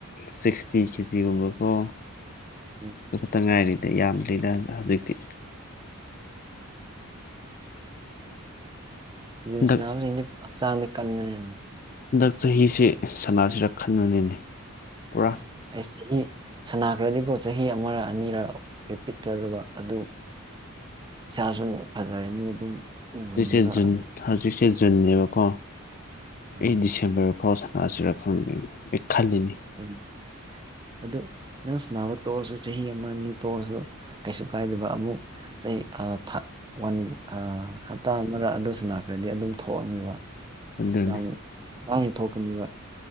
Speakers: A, on the left (about 40°); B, on the right (about 20°).
A: ꯁꯤꯛꯁꯇꯤ ꯀꯦꯖꯤꯒꯨꯝꯕꯀꯣ
B: ꯎꯝ
A: ꯑꯗꯨ ꯈꯛꯇ ꯉꯥꯏꯔꯤꯗ ꯌꯥꯝꯗꯔꯤꯗ ꯍꯧꯖꯤꯛꯇꯤ
B: ꯖꯤꯝ
A: ꯍꯟꯗꯛ
B: ꯁꯟꯅꯥꯕꯁꯤꯡꯗꯤ ꯍꯛꯆꯥꯡꯗꯤ ꯀꯟꯕꯅꯦ
A: ꯍꯟꯗꯛ ꯆꯍꯤꯁꯤ ꯁꯅꯥꯁꯤꯔ ꯈꯟꯕꯅꯤꯅꯦ ꯄꯨꯔꯥ
B: ꯑꯦꯁ ꯁꯅꯥꯈ꯭ꯔꯗꯤꯀꯣ ꯆꯍꯤ ꯑꯃꯔ ꯑꯅꯤꯔ ꯔꯤꯄꯤꯠ ꯆꯠꯂꯨꯕ ꯑꯗꯨ ꯏꯁꯥꯁꯨ ꯐꯖꯔꯅꯤ ꯑꯗꯨꯝ ꯎꯔꯅꯤꯕ
A: ꯍꯧꯖꯤꯛꯁꯦ ꯖꯨꯟ
B: ꯑꯗꯨ
A: ꯍꯧꯖꯤꯛꯁꯦ
B: ꯎꯝ
A: ꯖꯨꯟꯅꯦꯕꯀꯣ
B: ꯎꯝ
A: ꯑꯩ ꯗꯤꯁꯦꯝꯕꯔ ꯑꯣ ꯁꯅꯥꯁꯤꯔ ꯈꯪꯗꯦ ꯑꯩ ꯈꯜꯂꯤꯅꯤ
B: ꯑꯝ ꯑꯗꯨ ꯅꯪ ꯁꯟꯅꯕ ꯇꯣꯛꯑꯁꯨ ꯆꯍꯤ ꯑꯃ ꯑꯅꯤ ꯇꯣꯛꯑꯁꯨ ꯀꯩꯁꯨ ꯀꯥꯏꯗꯕ ꯑꯃꯨꯛ ꯆꯍꯤ ꯑꯥ ꯊꯥ ꯋꯥꯟ ꯑꯥ ꯍꯞꯇꯥ ꯑꯃꯔ ꯑꯗꯨ ꯁꯟꯅꯥꯈ꯭ꯔꯗꯤ ꯑꯗꯨꯝ ꯊꯣꯛꯑꯅꯤꯕ
A: ꯑꯗꯨꯅꯤ
B: ꯌꯥꯝ ꯂꯥꯏꯅ ꯊꯣꯛꯀꯅꯤꯕ